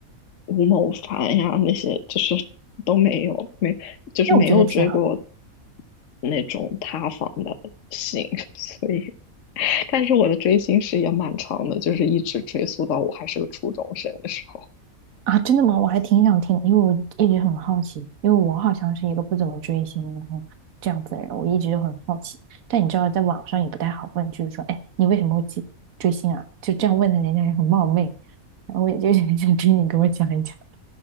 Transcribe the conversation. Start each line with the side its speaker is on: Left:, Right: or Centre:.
Left: 吴某凡呀那些，就是都没有，没就是没有追过
Right: 那我觉得挺好。
Left: 那种塌房的星，<laughs> 所以，但是我的追星史也蛮长的，就是一直追溯到我还是个初中生的时候。
Right: 啊，真的吗？我还挺想听，因为我一直很好奇，因为我好像是一个不怎么追星，然后这样子的人，我一直就很好奇。但你知道，在网上也不太好问，就是说，哎，你为什么会去追星啊？就这样问的人家也很冒昧。然后我也就 <laughs> 是很想听你给我讲一讲，